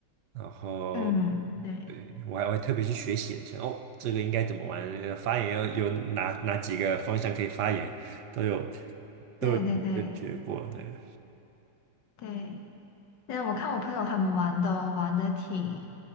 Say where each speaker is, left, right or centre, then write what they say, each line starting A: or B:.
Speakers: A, on the right; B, on the left.
A: 然后
B: 嗯，对
A: 对我还会特别去学习了一下，哦，这个应该怎么玩？那个发言要有哪哪几个方向可以发言，都有
B: 对对对
A: 都有个学过对，嗯
B: 对，但我看我朋友他们玩都玩的挺，